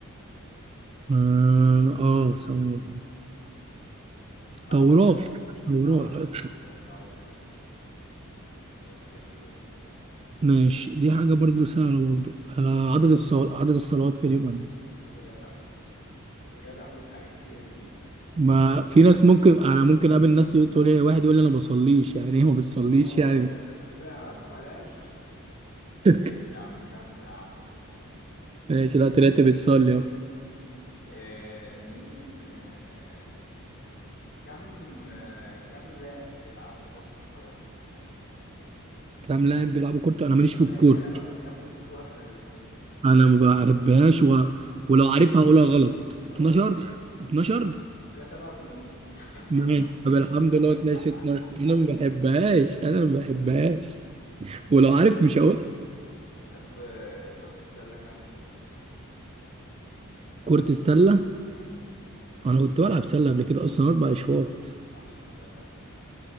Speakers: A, on the right; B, on the left.
A: آه آه ثواني
B: صعبة
A: توراة
B: دي ها
A: توراة
B: صح
A: لا،
B: الله ينور ماشي يا باشا قول
A: ماشي دي حاجة برضو سهلة برضو آه عدد الصلوات عدد الصلوات في اليوم قد إيه؟
B: يا جدع يا جدع قول حاجة غير دي
A: ما في ناس ممكن انا ممكن اقابل ناس يقول- تقول لي واحد يقول لي انا ما بصليش يعني ايه ما بتصليش
B: اه
A: يعني
B: يا طب اعرفه ما لقاش
A: <laughs>
B: ايش يا عم خمسة يا عم
A: ماشي لا طلعت بتصلي اهو
B: آه مين آه كم آه كم لاعب بيلعبوا كرة القدم
A: تمام لا بيلعبوا كوره انا
B: بما
A: ماليش في الكوره
B: اننا ما بنحبوش الكرة احنا الاتنين
A: انا ما بحبهاش و... ولو عارفها هقولها غلط
B: اه
A: 12 12
B: آه، لا 87 <laughs>
A: ماشي طب الحمد لله طلعت 12 انا ما بحبهاش انا ما بحبهاش ولو عارف مش هقول
B: طب آه، كرة السلة كام شوط
A: كرة السلة
B: امم
A: انا كنت بلعب سلة قبل كده اصلا اربع اشواط
B: صح الله ينور